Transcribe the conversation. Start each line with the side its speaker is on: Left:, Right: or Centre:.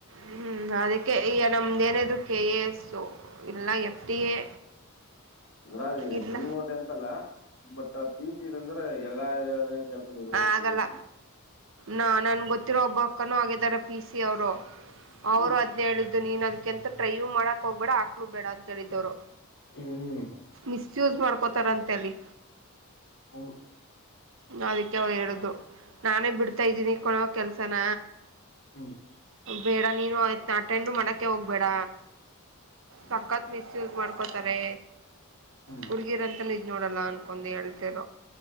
Right: ಹ್ಮ ಅದಕ್ಕೆ ಈಗ ನಮ್ದ ಏನಿದ್ರು ಕೆ ಎ ಎಸ್ ಇಲ್ಲ ಎಫ್ ಡಿ ಎ.
Left: ಅಂದ್ರ
Right: ಇಲ್ಲ
Left: ಡಿಮೋಟ್ ಅಂತಲ್ಲ ಬಟ್ ಪಿ ಸಿ ಅಂದ್ರ ಎಲ್ಲಾ ಕೆೇಳ್ಕನ ಇರ್ಬೇಕು
Right: ಆಗಲ್ಲ
Left: ಹೋಗ
Right: ನಾ ನನ್ ಗೊತ್ತಿರೋ ಒಬ್ಬ ಅಕ್ಕನೂ ಆಗಿದಾರ ಪಿ ಸಿ ಅವ್ರು. ಅವರು
Left: ಹ್ಮ್
Right: ಅದ್ನೇಳಿದ್ದು ನೀನ್ ಅದ್ಕಂತ ಟ್ರ ಮಾಡಕ್ ಹೋಗ್ಬೇಡ ಹಾಕ್ಲು ಬೇಡ ಅಂತ ಹೇಳಿದವರು
Left: ಹ್ಮ್
Right: ಮಿಸ್ಯೂಜ್ ಮಾಡ್ ಉಪ್ಪತರಂತಲ್ಲಿ
Left: ಹ್ಮ.
Right: ಅದಕ್ಕೆ ಅವ ಹೇಳಿದ್ದು ನಾನೇ ಬಿಡ್ತಾ ಇದ್ದೀನಿ ಕೊನೋ ಕೆಲ್ಸನ.
Left: ಹ್ಮ.
Right: ಬೇಡ ನೀನು ದ ಅಟೆಂಡ ಮಾಡಕ ಹೋಗ್ಬೇಡ ಸಕ್ಕತ್ ಮಿಸ್ಯೂಜ್ ಮಾಡ್ಕೊತ ತಾರೆ
Left: ಹ್ಮ್
Right: ಹುಡ್ಗಿರಂತ ಇದ್ ನೋಡಲ್ಲ ಅನ್ಕೊಂಡ್ ಹೇಳ್ತಿರ.